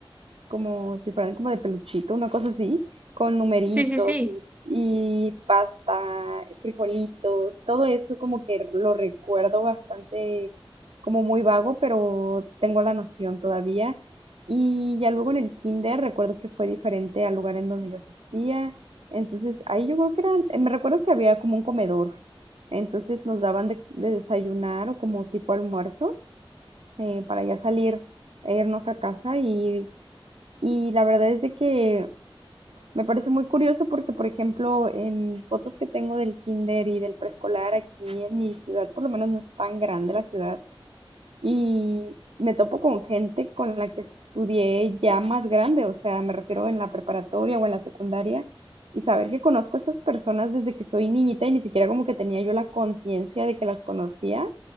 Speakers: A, on the right; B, on the right.
A: como si fueran como de peluchito, una cosa así, con numeritos
B: Sí, sí, sí.
A: y, y pasta, frijolitos, todo eso como que lo recuerdo bastante como muy vago, pero tengo la noción todavía. Y ya luego en el kinder recuerdo que fue diferente al lugar en donde yo asistía. Entonces ahí yo creo que eran, eh, me recuerdo que había como un comedor. Entonces nos daban de, de desayunar o como tipo almuerzo eh, para ya salir e irnos a casa y y la verdad es de que me parece muy curioso porque, por ejemplo, en fotos que tengo del kinder y del preescolar aquí en mi ciudad, por lo menos no es tan grande la ciudad, y me topo con gente con la que estudié ya más grande, o sea, me refiero en la preparatoria o en la secundaria, y saber que conozco a estas personas desde que soy niñita y ni siquiera como que tenía yo la conciencia de que las conocía,